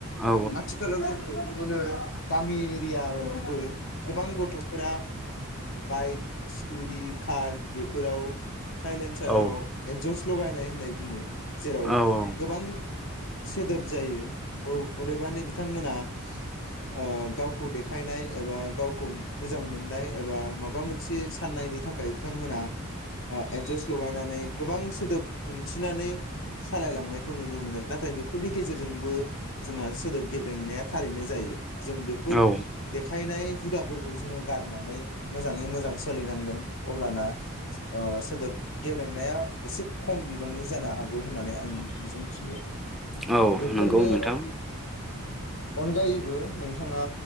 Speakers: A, in the centre; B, on the left.
A: औ
B: आथिखालाव जों <unintelligible> गामि एरियाआवबो गोबां गथ'फोरा बाइक स्कुटि कार बेफोराव साइलेन्साराव
A: औ
B: एदजस्ट लगायनाय होननाय बुङो जेराव
A: औ
B: गोबां सोदोब जायो अदेबानि बिथांमोना ओ गावखौ देखायनाय एबा गावखौ मोजां मोननाय एबा माब माबा मोनसे साननायनि थाख थाखाय बिथांमोना ओ एदजास्ट लगायनानै गोबां सोदोब दिन्थिनानै सालायलांनायखौ नुनो मोनो नाथाय बेफोरनि गेजेरजोंबो जोंहा सोदोब गेब्रेंनाया थारैनो जायो जों बेफोर
A: औ
B: देखायनाय हुदाफोरखौ जोङो गारनानै मोजाङै मोजां सोलिनांगोन अब्लाना ओ सोदोब गेब्रेंनाया एसे खम बिबांनि जानो हाग गौ होननानै आं मिजिं थियो
A: औ
B: बेफोरनि
A: नंगौ नोंथां
B: अनगायैबो नोंथाङा